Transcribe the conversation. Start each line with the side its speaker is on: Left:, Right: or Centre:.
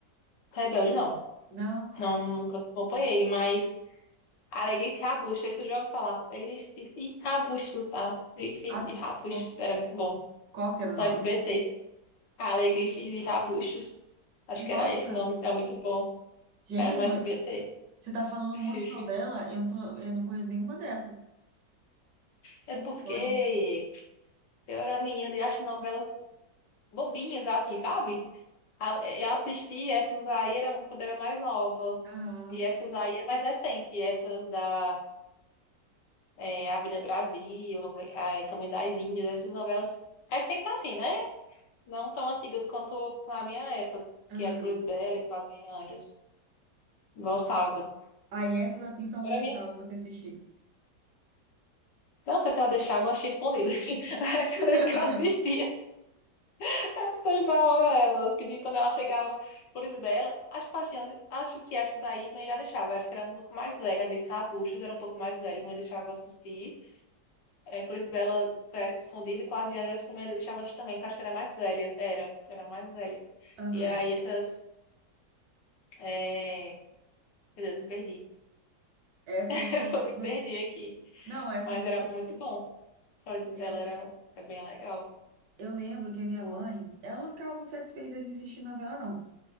Left: Rebelde não.
Right: Não.
Left: Não, nunca acompanhei, mas Alegria e Rabuxa, isso eu já ouvi falar. Alegria e Rabuxa, Alegria
Right: Ah,
Left: e Rabuxa,
Right: bom,
Left: era muito bom.
Right: qual que era o nome?
Left: no SBT. A Alegria e Rabustos. Acho
Right: Nossa,
Left: que era esse nome, é muito bom.
Right: gente,
Left: Era no
Right: eu não,
Left: SBT.
Right: Você tá falando
Left: <laughs>
Right: um monte de novela, eu não tô, eu não conheço nenhuma dessas.
Left: É
Right: Como
Left: porque
Right: que pode?
Left: eu era menina e acho novelas bobinhas, assim, sabe? A- Eu assisti essas aí eram quando era mais nova.
Right: Aham,
Left: E essas aí é mais recente. Essas da é, Avenida Brasil, é, Caminho das Índias, essas novelas recentes assim, né? Não tão antigas quanto na minha época,
Right: aham.
Left: que era Flores Bela e Quase Anjos. Gostava.
Right: Aí essas assim sua
Left: Agora
Right: mãe deixava você assistir.
Left: Não sei se ela deixava, eu achei escondida. <laughs> Mas
Right: <laughs>
Left: eu lembro que eu assistia <laughs> essas novelas, que de- quando ela chegava, por Isabela, acho que, elas tinham- acho que essas daí mãe já deixava, acho que era um pouco mais velha, a Gretchen Arbustos era um pouco mais velha, e mãe deixava assistir. É, por Isabela foi escondida e quase anjos que mãe deixava assistir também, que acho que era mais velha, era, era mais velha.
Right: Aham.
Left: E aí essas... é, Meu Deus, me perdi.
Right: Essas.
Left: <laughs>
Right: você-
Left: Eu me perdi aqui,
Right: Não, essas
Left: mas
Right: você.
Left: era muito bom. Flor Isabela
Right: Eu,
Left: era, é bem legal.
Right: eu lembro que a minha
Left: Pô,
Right: mãe, ela não ficava muito satisfeita de assistir novela, não.